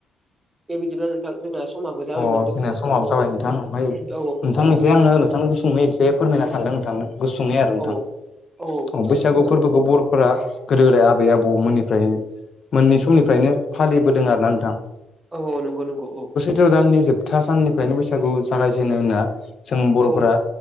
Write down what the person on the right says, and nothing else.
दे बिदिब्ला नोंथां जोंना समाबो जाबायमोन
दोनथ'
जासिगोन
नामा?
औ
औ
औ
एसे
फोरमायजाबावगौ
औ नंगौ नंगौ औ
सैथो
औ